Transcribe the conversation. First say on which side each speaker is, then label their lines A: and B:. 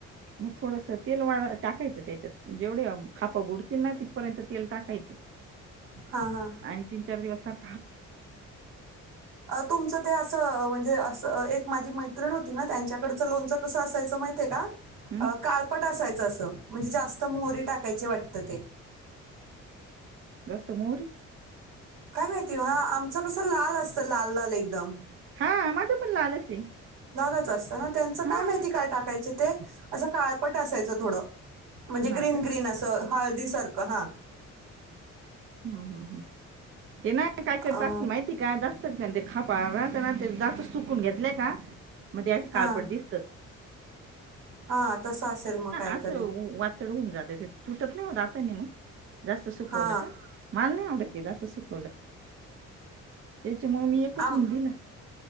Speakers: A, on the right; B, on the right.
A: मग थोडस तेल वाड टाकायचं त्याच्यात जेवढे खापा बुड तिना तिथपर्यंत तेल टाकायचं
B: हा हा
A: आणि तीन चार दिवस सारख
B: अ तुमचं ते असं म्हणजे अस एक माझी मैत्रिण होती ना त्यांच्याकडं लोनचं कसं असायचं माहितेय का? अ
A: हम्म
B: काळपट असायचं असं म्हणजे जास्त मोहरी टाकायची वाटत ते.
A: जास्त मोरी
B: काय माहिती हा आमचं कसं लाल असतं लाल लाल एकदम.
A: हा माझं पण लालच आहे.
B: नरच असत ना त्यांचं
A: हा
B: काय माहिती काय टाकायचे ते असं काळपट असायचं. तोड म्हणजे
A: हा
B: ग्रीन
A: का
B: ग्रीन असं हळदी सारखं हा.
A: हम्म हम्म हम्म ते ना काय करत
B: अ
A: अस माहिती का जास्त ते खापह ते जास्त सुख चुकून घेतले का? मग ते असं
B: हा
A: काळपट दिसत.
B: हा तसं असेल मग काहीतरी.
A: असं वातड होऊन जातय ते तुटत नाही ओ दातानी मग. जास्त सुकवलं
B: हा
A: का माल नाही आवडत. ते जा असं सुखवलं त्याच्या म मी एकच
B: आम
A: हऊन दिला.